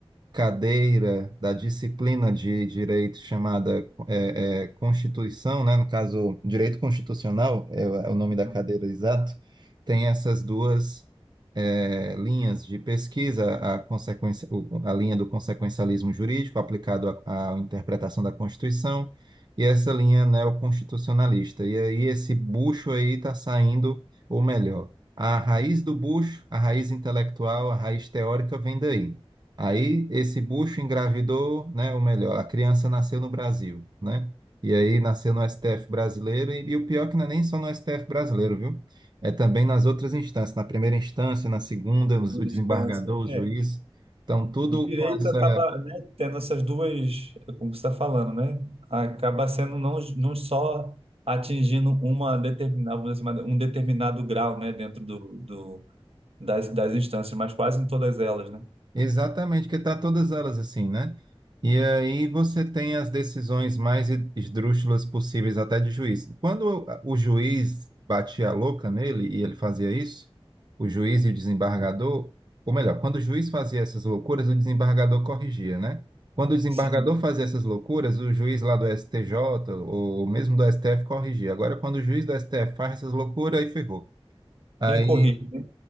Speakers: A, on the right (about 45°); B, on the right (about 75°).
A: cadeira da disciplina de direito chamada é, é, Constituição, né? No caso, direito constitucional é, o é o nome
B: Aham.
A: da cadeira exato, tem essas duas é, linhas de pesquisa, a, consequência, o- a linha do consequencialismo jurídico aplicado à à interpretação da Constituição e essa linha neoconstitucionalista. E aí esse bucho aí está saindo, ou melhor, a raiz do bucho, a raiz intelectual, a raiz teórica vem daí. Aí esse bucho engravidou, né? Ou melhor, a criança nasceu no Brasil, né? E aí nasceu no STF brasileiro, e, e o pior é que não é nem só no STF brasileiro, viu? É também nas outras instâncias, na primeira instância, na segunda, os-
B: Boa
A: o
B: distância.
A: desembargador, o
B: É.
A: juiz. Então, tudo
B: Direito
A: com essa.
B: acaba, né, tendo essas duas, como você está falando, né? Acaba sendo não, não só atingindo uma determinada, vamos dizer assim, um determinado grau, né, dentro do, do, das, das instâncias, mas quase em todas elas, né?
A: Exatamente, porque tá todas elas assim, né? E aí você tem as decisões mais esdrúxulas possíveis até de juiz. Quando o juiz batia a louca nele e ele fazia isso, o juiz e o desembargador, ou melhor, quando o juiz fazia essas loucuras, o desembargador corrigia, né? Quando o desembargador
B: Sim,
A: fazia essas loucuras, o juiz lá do STJ ou mesmo do STF corrigia. Agora, quando o juiz do STF faz essas loucuras, aí ferrou. aí
B: tem corrige, né?